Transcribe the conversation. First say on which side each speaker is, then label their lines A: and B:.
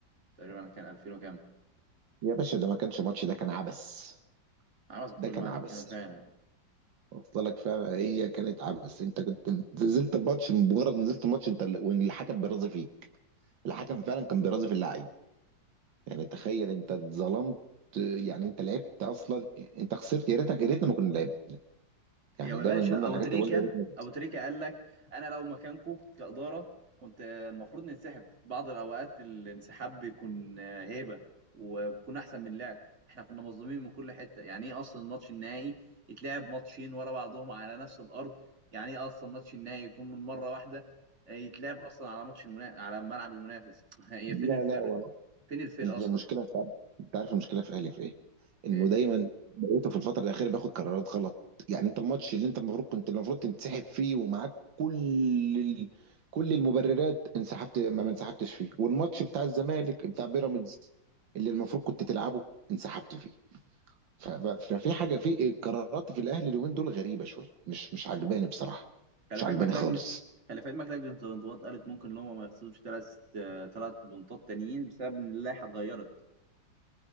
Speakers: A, on the right; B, on the right.
A: تقريبا كان 2000 وكام
B: يا باشا ده ما كانش ماتش ده كان عبث
A: عاوز بكل
B: ده كان
A: معنى
B: عبث
A: الكلمه فعلا
B: وصلك فعلا هي كانت عبث انت كنت نزلت الماتش مجرد نزلت الماتش انت ال- والحكم بيرازي فيك الحكم فعلا كان بيرازي في اللعيبه يعني تخيل انت اتظلمت يعني انت لعبت اصلا انت خسرت يا ريتك يا ريتنا ما كنا لعبنا يعني
A: يا باشا
B: ده من ضمن الحاجات
A: ابو تريكه
B: اللي بقول يا ريتنا
A: ابو تريكه قال لك انا لو مكانكم كاداره كنت المفروض ننسحب بعض الاوقات الانسحاب بيكون آه، هيبه وبيكون احسن من اللعب احنا كنا مظلومين من كل حته يعني ايه اصلا الماتش النهائي يتلعب ماتشين ورا بعضهم على نفس الارض يعني ايه اصلا ماتش النهائي يكون من مره واحده آه، يتلعب اصلا على ماتش المنا... على ملعب المنافس <laughs> هي
B: لا
A: فين الفرق
B: لا
A: فين الفرق
B: هي
A: اصلا
B: المشكله في انت عارف المشكله في اهلي في ايه؟ انه
A: إيه.
B: دايما بقيته في الفتره الاخيره بياخد قرارات غلط يعني انت الماتش اللي انت المفروض كنت المفروض تنسحب فيه ومعاك كل ال... كل المبررات انسحبت ما ما انسحبتش فيه والماتش بتاع الزمالك بتاع بيراميدز اللي المفروض كنت تلعبه انسحبت فيه ف... ف- ففي حاجه في قرارات في الاهلي اليومين دول غريبه شويه مش مش عجباني بصراحه
A: خلي
B: مش
A: في
B: عجباني
A: علمك لجنة
B: خالص
A: خلي في علمك لجنة الانضباط قالت ممكن ان هم ما يخسروش ثلاث ثلاث بنطات تانيين بسبب ان اللائحة اتغيرت